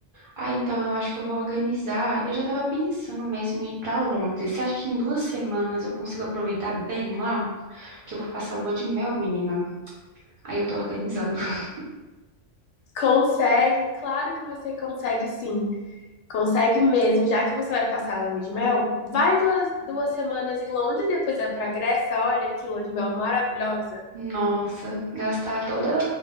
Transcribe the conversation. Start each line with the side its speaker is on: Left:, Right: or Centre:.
Right: Ah, então eu acho que eu vou organizar. Eu já estava pensando mesmo em ir para Londres. Você acha que em duas semanas eu consigo aproveitar bem lá? Que eu vou passar lua de mel, menina. Aí eu tô organizando. <laughs>
Left: Consegue, claro que você consegue sim. Consegue mesmo, já que você vai passar a lua de mel, vai duas, duas semanas em Londres, depois vai pra Grécia, olha que lua de mel maravilhosa.
Right: Nossa, gastar toda,